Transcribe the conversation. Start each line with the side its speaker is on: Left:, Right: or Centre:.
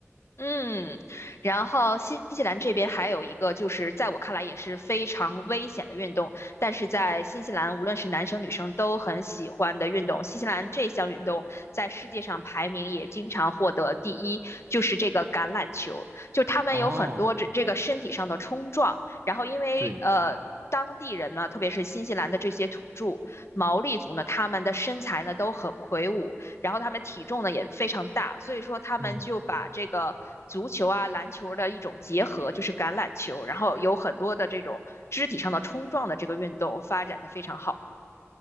Left: 嗯，然后新西兰这边还有一个，就是在我看来也是非常危险的运动，但是在新西兰无论是男生女生都很喜欢的运动。新西兰这项运动在世界上排名也经常获得第一，就是这个橄榄球，就他们有很多这这个身体上的冲撞，
Right: 哦，
Left: 然后因为呃。
Right: 对，
Left: 当地人呢，特别是新西兰的这些土著毛利族呢，他们的身材呢都很魁梧，然后他们体重呢也非常大，所以说他们就把这个足球啊、
Right: 嗯。
Left: 篮球的一种结合，就是橄榄球，然后有很多的这种肢体上的冲撞的这个运动发展的非常好。